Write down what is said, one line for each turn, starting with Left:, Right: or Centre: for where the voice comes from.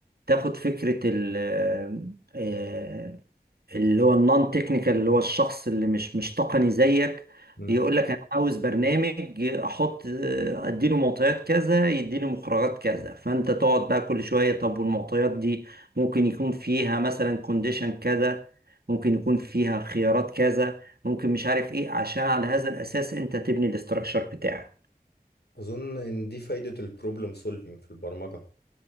Right: تاخد فكره ال آه، اللي هو النون تكنيكال اللي هو الشخص اللي مش مش تقني زيك
Left: مم.
Right: يقول لك انا عاوز برنامج احط اديله معطيات كذا يديني مخرجات كذا فانت تقعد بقى كل شويه طب والمعطيات دي ممكن يكون فيها مثلا كونديشن كذا ممكن يكون فيها خيارات كذا ممكن مش عارف ايه عشان على هذا الاساس انت تبني الاستراكشر بتاعك
Left: أظن إن دي فايدة البروبلم سولفينج في البرمجة